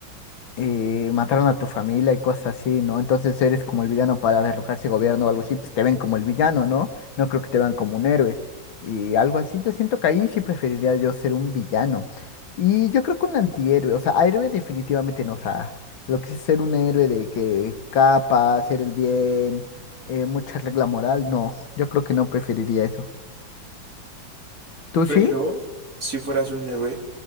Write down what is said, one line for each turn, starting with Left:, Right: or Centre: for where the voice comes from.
Left: eh, mataron a tu familia y cosas así, ¿no? Entonces eres como el villano para derrocar ese gobierno o algo así, pues te ven como el villano, ¿no? No creo que te vean como un héroe. Y algo así, yo siento que ahí sí preferiría yo ser un villano. Y yo creo que un antihéroe, o sea, a héroe definitivamente no, o sea, lo que sí es ser un héroe de que capa, hacer el bien, eh, mucha regla moral, no, yo creo que no preferiría eso. ¿Tú
Right: Pero
Left: sí?
Right: si fueras un héroe,